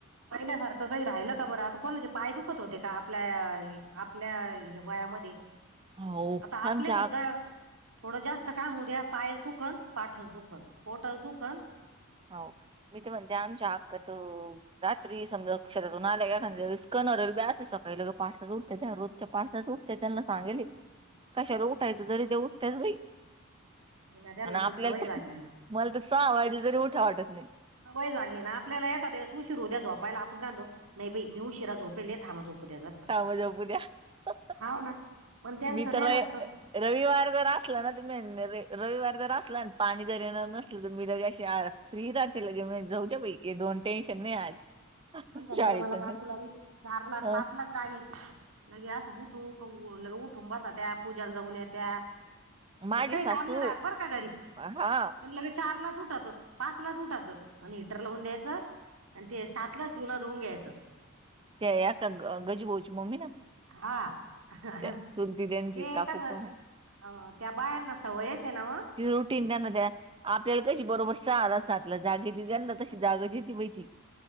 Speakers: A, on the right; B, on the right.
A: पहिल्यासारखं काही राहिल का बरं? आता कोणाचे पाय दुखत होते का? आपल्या ए आपल्या ह्या वयामधे ते
B: हाव
A: आता आपले
B: आमच्या
A: सुद्धा
B: आ
A: थोडं जास्त काम होउद्या पायस दुखन, पाठच दुखन पोटच दुखन
B: हाव मी तर म्हणते, आमच्या आकात रात्री समजा शेतातून आल्या एखादया वेळेस कणहू राहिल्या बा, असच सकाळी लवकर पाचलाच उठत्या त्या, रोजच्या पाचलाच उठत्याता ते त्यांना सांगेले कशाला उठायच? जरी त्या उठतेच बाई
A: नाही ना त्यांना
B: आणि आपल्याला
A: ती सवय
B: तर
A: झाली
B: मला तर सहा वाजले, तरी उठाव वाटत नाही.
A: सवय झाली ना, आपल्याला एका दिवस उशीर होउद्या झोपायला, आपण काय म्हणतो नाही बाई मी उशिरा झोपेले थांबा झोप झोपू द्या जर का,
B: थांबा झोपू द्या.
A: हाव ना पण त्याच
B: मी तर
A: नाही
B: र-
A: राहत तस
B: रविवार जर असला ना, तर मी रविवार जर असला अन् पाणी जर येणार नसलं, तर मी अशी आळास फ्री राहते, लगे म्या जाऊद्या बाई हे दोन टेन्शन नाही आज
A: आमच्या
B: शाळेचं
A: निरमला काकूला
B: नाही
A: बी चारला आणि
B: हं.
A: पाचलाच जाग येती, लगे अस उठू क ल उठून बसत्या्, पूजेला जाऊन येत्या.
B: माझी
A: न काई
B: सासू
A: काम नाही राहत बरं का घरी?
B: हा हा
A: पण लगे चारलाच उठाच पाच लाच उठाचं आणि हिटर लावून द्यायचं आणि ते सातलाच धुण धुऊन घ्यायचं.
B: त्या एका गजू भाऊ ची मम्मी ना?
A: हा <unintelligible>
B: त्या चुलती त्यांची
A: ते
B: काकू
A: कस
B: कोण
A: अ
B: आहे
A: त्या बायांना सवयच आहे ना ओ
B: ते रुटीन त्यांना द्या. आपल्याला कशी बरोबर सहाला, सातला जाग येती त्याना तशी जागच येते, बाई ती